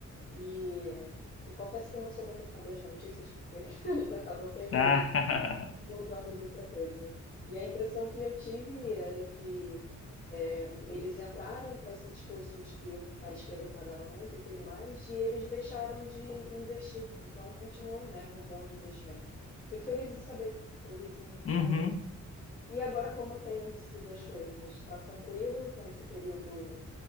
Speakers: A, on the left; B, on the left.
A: E, e confesso que não sou muito fã das notícias, porque <laughs> eles acabam sempre
B: Ah,
A: mudando muita coisa. E a impressão que eu tive era que é, eles entraram com esse discurso de que a esquerda pagava muito e tudo mais, e eles deixaram de investir. Então continuou, né, um bom investimento. Fico feliz em saber, fico feliz em saber.
B: <laughs> uhum.
A: E agora como tem sido as coisas? Está tranquilo com esse período